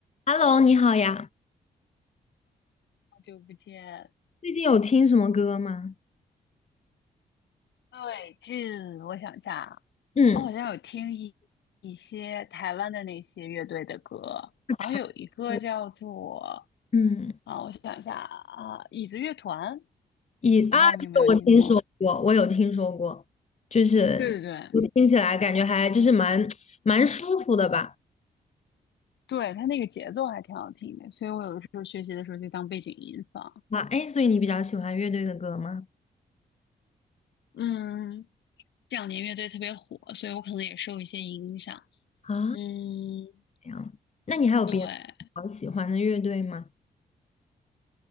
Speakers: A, on the left; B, on the left.
A: Hello，你好呀，
B: 好久不见，
A: 最近有听什么歌吗？
B: 最近我想一下，
A: 嗯，
B: 我好像有听一一些台湾的那些乐队的歌，
A: 是台歌
B: 好像有一个叫做
A: 嗯，
B: 啊，我想一下啊，椅子乐团，
A: 以啊，
B: 我不知道你有没有听过？
A: 这个我听说过，我有听说过，就是我听起来感觉还就是蛮蛮舒服的吧。
B: 对对对，对，它那个节奏还挺好听的，所以我有的时候学习的时候就当背景音放。
A: 啊，哎，所以你比较喜欢乐队的歌吗？
B: 嗯，这两年乐队特别火，所以我可能也受一些影响。
A: 啊，
B: 嗯，
A: 这样，那你还有别的好喜欢的乐队吗？
B: 对。